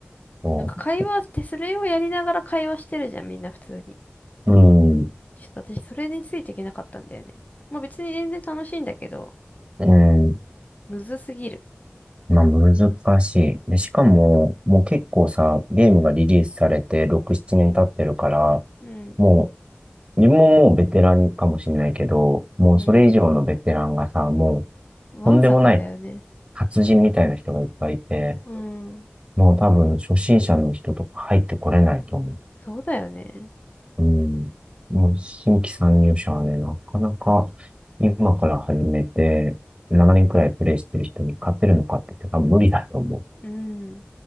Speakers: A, on the right; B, on the left.
A: そう
B: なんか会話ってそれをやりながら会話してるじゃん、みんな普通に。
A: うん、
B: ちょっと私それについていけなかったんだよね。まあ別に全然楽しいんだけど、
A: うん、
B: むずすぎる。
A: まあ難しい。で、しかも、もう結構さ、ゲームがリリースされて6、7年経ってるから、
B: うん、
A: もう、自分ももうベテランかもしれないけど、もうそれ以上のベテランがさ、
B: うん。
A: もう、
B: わんさかだよね。
A: とんでもない達人みたいな人がいっぱいいて、
B: うん。
A: もう多分初心者の人とか入ってこれないと思う。
B: そうだよね。
A: うん。もう新規参入者はね、なかなか今から始めて、7年くらいプレイしてる人に勝てるのかって言って多分無理だと思う。
B: うん。